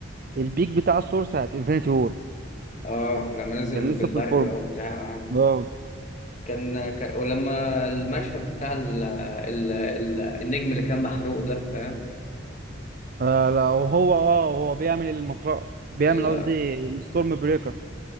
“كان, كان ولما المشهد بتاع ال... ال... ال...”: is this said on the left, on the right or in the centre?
Left